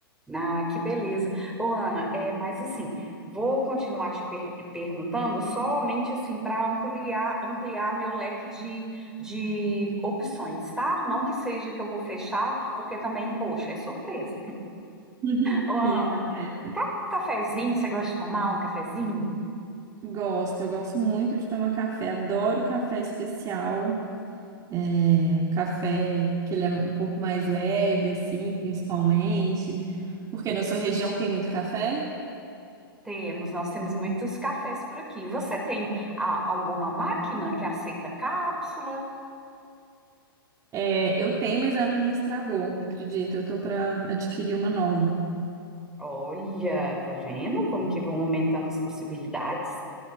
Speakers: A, in the centre; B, on the right (about 30°).
A: Ah, que beleza. Ô, Ana, é, mas assim, vou continuar te per- perguntando somente assim para ampliar ampliar meu leque de, de opções, tá? Não que seja que eu vou fechar, porque também, poxa, é surpresa.
B: Uhum.
A: Ô,
B: Sim,
A: Ana,
B: tá certo.
A: ca- cafezinho, você gosta de tomar um cafezinho?
B: Gosto, eu gosto muito de tomar café, adoro café especial, é, um café que ele é um pouco mais leve, assim, principalmente, porque na sua região tem muito café.
A: Temos, nós temos muitos cafés por aqui. Você tem ah, alguma máquina que aceita cápsula?
B: É, eu tenho, mas a minha estragou, não acredita? eu tô para adquirir uma nova.
A: Hum, Olha, tá vendo como que vão aumentando as possibilidades?